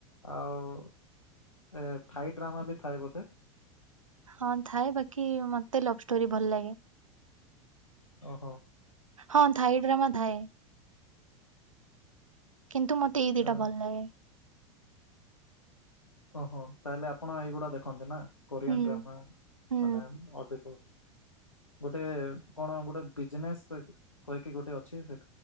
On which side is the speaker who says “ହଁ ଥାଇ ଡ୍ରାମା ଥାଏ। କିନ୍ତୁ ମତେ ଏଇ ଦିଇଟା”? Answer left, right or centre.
Right